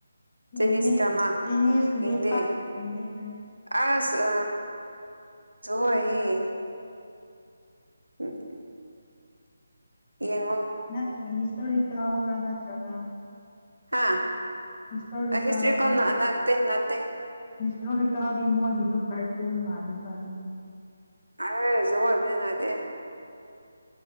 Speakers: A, on the left; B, on the right.
A: ꯃꯦꯍꯗꯤ
B: ꯆꯦꯅꯤꯁ ꯗ꯭ꯔꯃꯥ
A: ꯆꯤꯅꯤꯁ ꯀꯗꯤꯄꯥ
B: ꯌꯦꯡꯗꯦ
A: <unintelligible> ꯃꯦꯗꯤ ꯍꯥꯏ
B: ꯑꯁ ꯑ <unintelligible> ꯑꯩ <unintelligible> ꯌꯦꯡꯉꯣ
A: ꯅꯠꯇ꯭ꯔꯒ ꯍꯤꯁꯇꯣꯔꯤꯀꯦꯎꯒ꯭ꯔ ꯅꯠꯇ꯭ꯔꯒ
B: ꯍꯥꯥ
A: ꯍꯤꯁꯇꯣꯔꯤꯀꯦꯜꯔ
B: ꯍꯤꯇꯔꯤ ꯀꯣ ꯅꯅꯥꯠꯇꯦ ꯅꯅꯥꯇꯦ
A: ꯍꯤꯁꯇꯣꯔꯤꯀꯦꯜꯗꯤ ꯃꯣꯏꯒꯤꯗꯣ ꯀꯥꯔꯇꯨꯟ ꯃꯥꯜꯅꯦꯦꯕ ꯑꯗꯨꯒꯤ
B: ꯑꯩꯁꯨꯖ ꯑꯣꯏꯕ ꯉꯗꯤ